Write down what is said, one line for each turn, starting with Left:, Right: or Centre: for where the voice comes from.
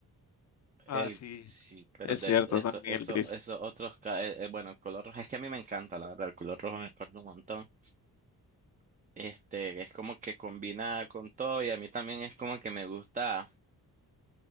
Left: Ah,
Right: El,
Left: sí.
Right: sí, pero
Left: Es
Right: de
Left: cierto,
Right: eso,
Left: también
Right: eso,
Left: el gris.
Right: esos otros, ca- eh, eh, bueno, el color rojo, es que a mí me encanta, la verdad, el color rojo me encanta un montón. Este, es como que combina con todo y a mí también es como que me gusta.